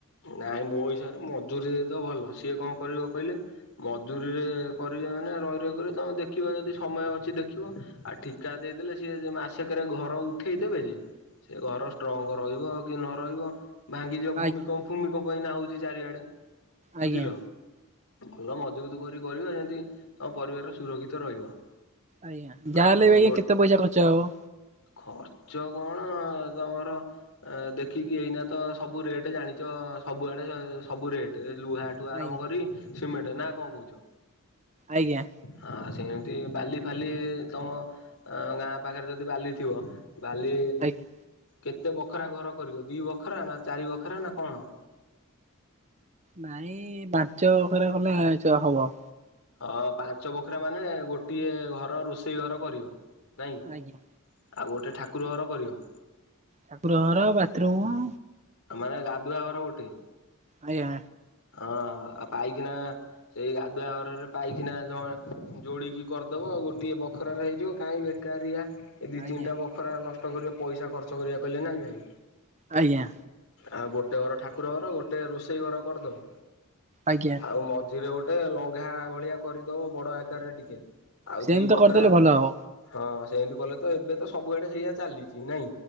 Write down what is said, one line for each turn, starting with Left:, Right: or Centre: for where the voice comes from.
Left: ନାଇଁ ମୋ ହିସାବରେ ମଜୁୁରୀ ଦେଇଦବ ଭଲ ସିଏ କଣ କରିବ କହିଲେ? ମଜୁୁରୀରେ କରିବେ ମାନେ ରହି ରହିିବ ତମେ ଦେଖିବା ଯଦି ସମୟ ଅଛି ଦେଖିବ। ଆ ଠିକା ଦେଇଦେଲେ ସିଏ ଯେ ମାସେକରେ ଘର ଉଠେଇ ଦେେବେ ଯେ ସେ ଘର ଷ୍ଟ୍ରଙ୍ଗ୍ ରହିବ କି ନ ରହିବ? ଭାଙ୍ଗିଯିବ ଭୂମିକମ୍ପ
Right: ଆଜ୍ଞା
Left: ଭୂମିକମ୍ଫ ହେଉଚି ଚାରିଆଡ଼େ
Right: ଆଜ୍ଞା
Left: ବୁଝିଲ। ଭଲ ମଜବୁତ୍ କରି କରିବେ ଯେମିତି ତମ ପରିବାରର ସୁରକ୍ଷିତ ରହିବ।
Right: ଆଜ୍ଞା ଯାହାହେଲେବି
Left: ଆଉ ଗୋ
Right: କେତେ ପଇସା ଖର୍ଚ୍ଚ ହବ?
Left: ଖର୍ଚ୍ଚ କଣ ତମର ଦେଖିକି ଏଇନା ତ ସବୁ ରେଟ୍ ଜାଣି ତ ସବୁଆଡେ ସବୁ ରେଟ ଲୁହାଠୁ ଆରମ୍ଭ
Right: ଆଜ୍ଞା
Left: କରି ସିମେଣ୍ଟ ନା କଣ କହୁଚ।
Right: ଆଜ୍ଞା।
Left: ହଁ ସେମିତି ବାଲି ଫାଲି ତମ ଗାଁ ପାଖରେ ଯଦି ବାଲି ଥିବ ବାଲି
Right: ଆଜ୍ଞା
Left: କେତେ ବଖରା ଘର କରିବ ଦିଇ ବଖରା ନା ଚାରି ବଖରା ନା କଣ?
Right: ନାଇଁ ପାଞ୍ଚ ବଖରା ଖଡେ <unintelligible> ଘରେ କଲେ ହବ
Left: ହଁ ପାଞ୍ଚ ବଖରାଆ ମାନେ ଗୋଟିଏ ଘର ରୋଷେଇ ଘର କରିବ ନାଇଁ।
Right: ଆଜ୍ଞା
Left: ଆଉ ଗୋଟେ ଠାକୁର ଘର କରିବ।
Right: ଠାକୁର ଘର ବାଥରୁମ୍
Left: ମାନେ ଗାଧୁଆ ଘର ଗୋଟେ।
Right: ଆଜ୍ଞା
Left: ହଁ ପାଇଖିନା। ସେଇ ଗାଧୁଆ ଘରରେ ପାଇକିନା ଜଣ ଯୋଡିକି କରିଦବ ଗୋଟିଏ ବଖରାରେ ହେଇଯିବ କାହିଁକି? ବେକାରିଆ ଏ ଦୁଇ
Right: ଆଜ୍ଞା
Left: ତିନିଟା ବଖରା ନଷ୍ଟ କରିବ ପଇସା ଖର୍ଚ୍ଚ କରିବା କହିଲେ ନାଇଁ ଭାଇ।
Right: ଆଜ୍ଞା।
Left: ଆଉ ଗୋଟେ ଘର ଠାକୁର ଘର ଗୋଟେ ରୋଷେଇ ଘର କରିଦବ।
Right: ଆଜ୍ଞା।
Left: ଆଉ ମଝିରେ ଗୋଟେ ଲଙ୍ଘା ଭଳିଆ କରିଦବ ବଡ ଆକାରରେ ଟିକେ ଆଉ
Right: ସେମିତି
Left: ଦି ବଖରା
Right: ତ କରିଦେଲେ ଭଲ ହବ
Left: ହଁ ସେମିତି କଲେ ତ ଏବେ ତ ସବୁଆଡେ ସେଇଆା ଚାଲିଛି ନାଇଁ।